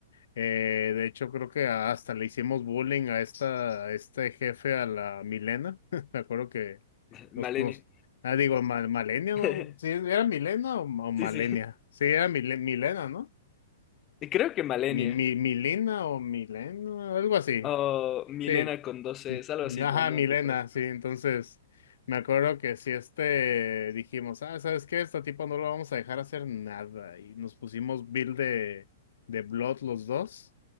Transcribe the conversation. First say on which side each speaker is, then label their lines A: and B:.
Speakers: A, on the left (about 80°); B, on the left (about 25°).
A: Eh, de hecho, creo que hasta le hicimos bullying a esta, a este jefe, a la Milena. <laughs> Me acuerdo que
B: <laughs>
A: Nos,
B: Malenia.
A: nos- ah, digo, mal, Malenia,
B: <laughs>
A: ¿no? Sí, ¿era Milena o, o Malenia?
B: Sí, sí.
A: Sí, era Mile- Milena, ¿no?
B: Y Creo que Malenia
A: Mi, mi, Milina o Milena, algo así.
B: o Milena
A: Sí,
B: con 12
A: mi-
B: es algo
A: mi-
B: así,
A: ajá,
B: no, no
A: Milena,
B: recuerdo.
A: sí. Entonces, me acuerdo que si este dijimos, ah, ¿sabes qué? Esta tipo no lo vamos a dejar hacer nada. Y nos pusimos build de, de Blood los dos.